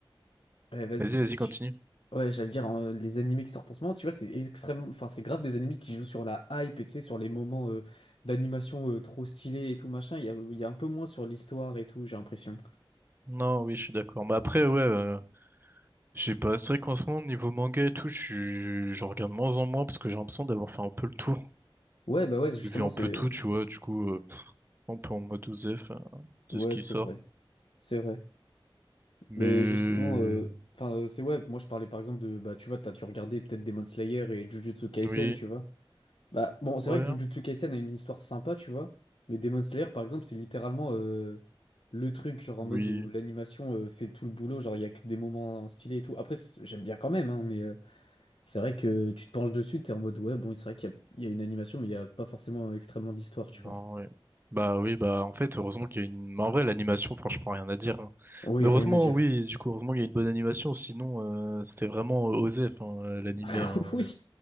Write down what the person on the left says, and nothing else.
Ouais, vas-y,
tu...
Ouais, j'allais dire, hein, les animés qui sortent en ce moment, tu vois, c'est extrêmement... Enfin, c'est grave des animés qui jouent sur la hype, et tu sais, sur les moments euh, d'animation euh, trop stylés et tout, machin. Il y a, il y a un peu moins sur l'histoire et tout, j'ai l'impression.
Ouais, bah ouais, justement,
c'est...
Ouais,
c'est
vrai. C'est vrai.
Mais justement, euh, enfin, euh, c'est ouais, moi je parlais par exemple de... Bah, tu vois, t'as dû regarder peut-être Demon Slayer et Jujutsu Kaisen,
tu vois. Bah, bon, c'est
vrai que Jujutsu Kaisen a une histoire sympa, tu vois. Mais Demon Slayer, par exemple, c'est littéralement euh, le truc, genre en
mode où l'animation euh, fait tout le boulot. Genre, il y a que des moments stylés et tout. Après, c'est- j'aime bien quand même, hein, mais euh, c'est vrai que tu te penches dessus, t'es en mode, ouais, bon, c'est vrai qu'il y a, il y a une animation, mais il n'y a pas forcément extrêmement d'histoire, tu
vois.
Oui,
rien
à dire.
<laughs>
Oui,